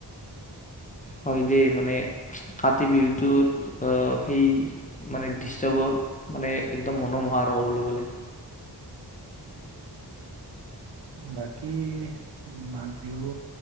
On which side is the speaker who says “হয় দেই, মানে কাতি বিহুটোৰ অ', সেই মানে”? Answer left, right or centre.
Left